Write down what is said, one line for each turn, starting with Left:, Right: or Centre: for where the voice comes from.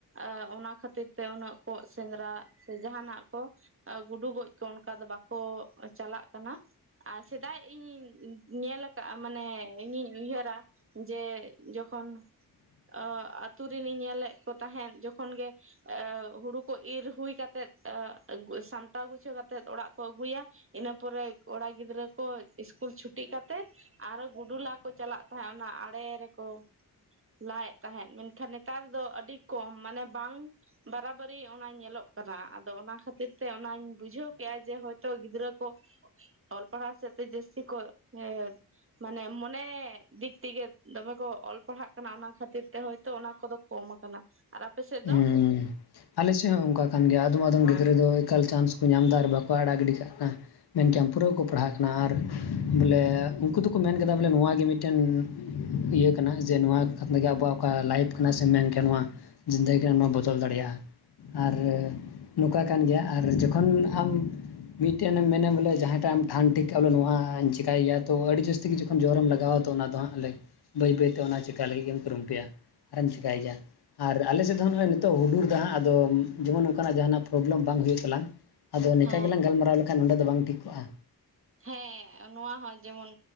Right: ᱟ ᱚᱱᱟ ᱠᱷᱟᱹᱛᱤᱨ ᱛᱮ ᱩᱱᱟᱹᱜ ᱠᱚᱸᱜ ᱥᱮᱸᱫᱽᱨᱟ ᱥᱮ ᱡᱟᱦᱟᱸᱱᱟᱜ ᱠᱚ ᱟ ᱜᱩᱰᱩ ᱜᱚᱡ ᱠᱚ ᱚᱱᱠᱟ ᱫᱚ ᱵᱟᱠᱚ ᱪᱟᱞᱟᱜ ᱠᱟᱱᱟ᱾ ᱟᱨ ᱥᱮᱫᱟᱭ ᱤᱧᱤᱧ ᱧᱮᱞ ᱟᱠᱟᱫᱼᱟ ᱢᱟᱱᱮ ᱤᱧᱤᱧ ᱩᱭᱦᱟᱹᱨᱟ ᱡᱮ ᱡᱚᱠᱷᱚᱱ ᱟ ᱟᱹᱛᱩ ᱨᱤᱱᱤᱧ ᱧᱮᱞᱮᱫ ᱠᱚ ᱛᱟᱦᱮᱸᱫ ᱡᱚᱠᱷᱚᱱ ᱜᱮ ᱮ ᱦᱩᱲᱩ ᱠᱚ ᱤᱨ ᱦᱩᱭ ᱠᱟᱛᱮᱫ ᱮ ᱜᱚᱡ ᱥᱟᱢᱴᱟᱣ ᱜᱩᱪᱷᱟᱹᱣ ᱠᱟᱛᱮᱫ ᱚᱲᱟᱜ ᱠᱚ ᱟᱹᱜᱩᱭᱟ ᱤᱱᱟᱹ ᱯᱚᱨᱮ ᱠᱚᱲᱟ ᱜᱤᱫᱽᱨᱟᱹ ᱠᱚ ᱤᱥᱠᱩᱞ ᱪᱷᱩᱴᱤᱜ ᱠᱟᱛᱮᱫ ᱟᱨᱚ ᱜᱩᱰᱩ ᱞᱟ ᱠᱚ ᱪᱟᱞᱟᱜ ᱛᱟᱦᱮᱸᱫ ᱚᱱᱟ ᱟᱲᱮ ᱨᱮᱠᱚ ᱞᱟᱭᱮᱫ ᱛᱟᱦᱮᱸᱫ ᱢᱮᱱᱠᱷᱟᱱ ᱱᱮᱛᱟᱨ ᱫᱚ ᱟᱹᱰᱤ ᱠᱚᱢ ᱢᱟᱱᱮ ᱵᱟᱝ ᱵᱟᱨᱟᱵᱟᱨᱤ ᱚᱱᱟ ᱧᱮᱞᱚᱜ ᱠᱟᱱᱟ᱾ ᱟᱫᱚ ᱚᱱᱟ ᱠᱷᱟᱹᱛ ᱠᱷᱟᱹᱛᱤᱨ ᱛᱮ ᱚᱱᱟᱧ ᱵᱩᱡᱷᱟᱹᱣ ᱠᱮᱜᱼᱟ ᱡᱮ ᱦᱳᱭᱛᱚ ᱜᱤᱫᱽᱨᱟᱹ ᱠᱚ ᱚᱞ ᱯᱟᱲᱦᱟᱣ ᱥᱮᱫ ᱛᱮ ᱡᱟᱹᱥᱛᱤ ᱠᱚᱜ ᱪᱮᱥ ᱢᱟᱱᱮ ᱢᱚᱱᱮ ᱫᱤᱠ ᱛᱮᱜᱮ ᱫᱚᱢᱮ ᱠᱚ ᱚᱞ ᱯᱟᱲᱦᱟᱜ ᱠᱟᱱᱟ ᱚᱱᱟ ᱠᱷᱟᱹᱛᱤᱨ ᱛᱮ ᱦᱳᱭᱛᱚ ᱚᱱᱟ ᱠᱚᱫᱚ ᱠᱚᱢ ᱟᱠᱟᱱᱟ ᱟᱨ ᱟᱯᱮ ᱥᱮᱫ ᱫᱚ
Left: ᱦᱩᱸ ᱟᱞᱮ ᱥᱮᱫ ᱦᱚᱸ ᱚᱱᱠᱟ ᱠᱟᱱ ᱜᱮᱭᱟ, ᱟᱫᱚᱢ ᱟᱫᱚᱢ ᱜᱤᱫᱽᱨᱟᱹ ᱫᱚ ᱮᱠᱟᱞ ᱪᱟᱱᱥ ᱠᱚ ᱧᱟᱢ ᱮᱫᱟ, ᱟᱨ ᱵᱟᱠᱚ ᱟᱲᱟᱜ ᱜᱤᱰᱤ ᱠᱟᱜ ᱠᱟᱱᱟ᱾ ᱢᱮᱱ ᱠᱮᱭᱟ ᱯᱩᱨᱟᱹᱠᱚ ᱯᱟᱲᱦᱟᱜ ᱠᱟᱱᱟ ᱟᱨ ᱵᱚᱞᱮ ᱩᱱᱠᱩ ᱫᱩᱠᱩ ᱢᱮᱱ ᱠᱮᱫᱟ ᱵᱚᱞᱮ ᱱᱚᱣᱟ ᱜᱤ ᱢᱤᱫᱴᱮᱱ ᱤᱭᱟᱹ ᱠᱟᱱᱟ᱾ ᱡᱮ ᱱᱚᱣᱟ ᱟᱵᱚᱣᱟᱜ ᱚᱠᱟ ᱞᱟᱭᱤᱯᱷ ᱠᱟᱱᱟ ᱥᱮ ᱢᱮᱱ ᱠᱮ ᱱᱚᱣᱟ, ᱡᱤᱱᱫᱟᱹᱜᱤ ᱨᱮ ᱚᱱᱟ ᱵᱚᱫᱚᱞ ᱫᱟᱲᱮᱭᱟᱜᱼᱟ᱾ ᱟᱨ ᱱᱚᱝᱠᱟ ᱠᱟᱱ ᱜᱮᱭᱟ ᱟᱨ ᱡᱚᱠᱷᱚᱱ ᱟᱢ ᱢᱤᱫᱴᱮᱱ ᱮᱢ ᱢᱮᱱᱟᱢ ᱵᱚᱞᱮ ᱡᱟᱦᱟᱸᱭᱴᱟᱜ ᱮᱢ ᱴᱷᱟᱱ ᱴᱷᱤᱠ ᱠᱟᱜ ᱵᱚᱞ ᱱᱚᱣᱟ ᱪᱤᱠᱟᱭᱮᱭᱟ ᱛᱚ ᱟᱹᱰᱤ ᱡᱟᱹᱥᱛᱤ ᱜᱮ ᱡᱚᱠᱷᱚᱱ ᱡᱚᱨ ᱨᱮᱢ ᱞᱟᱜᱟᱣᱟ ᱛᱚ ᱚᱱᱟ ᱫᱚ ᱦᱟᱸᱜ ᱟᱞᱮ ᱵᱟᱹᱭ ᱵᱟᱹᱭᱛᱮ ᱚᱱᱟ ᱪᱤᱠᱟ ᱞᱟᱹᱜᱤᱫ ᱜᱮᱢ ᱠᱩᱨᱩᱢᱩᱴᱩᱭᱟ᱾ ᱟᱨᱮᱢ ᱪᱤᱠᱟᱭ ᱜᱮᱭᱟ᱾ ᱟᱨ ᱟᱞᱮ ᱥᱮᱫ ᱦᱚᱸ ᱱᱚᱜᱼᱚᱭ ᱱᱤᱛᱚᱜ ᱦᱩᱰᱩᱨ ᱮᱫᱟ, ᱦᱟᱸᱜ ᱟᱫᱚ ᱡᱮᱢᱚᱱ ᱱᱚᱱᱠᱟᱱᱟᱜ ᱡᱟᱦᱟᱱᱟᱜ ᱯᱨᱚᱵᱽᱞᱮᱢ ᱵᱟᱝ ᱦᱩᱭᱩᱜ ᱛᱟᱞᱟᱝ᱾ ᱟᱫᱚ ᱱᱮᱠᱟ
Right: ᱦᱮᱸ
Left: ᱜᱮᱞᱟᱝ ᱜᱟᱞᱢᱟᱨᱟᱣ ᱞᱮᱠᱷᱟᱱ ᱱᱚᱸᱰᱮ ᱫᱚ ᱵᱟᱝ ᱴᱷᱤᱠ ᱠᱚᱜᱼᱟ?
Right: ᱦᱮᱸ ᱱᱚᱣᱟ ᱦᱚᱸ ᱡᱮᱢᱚᱱ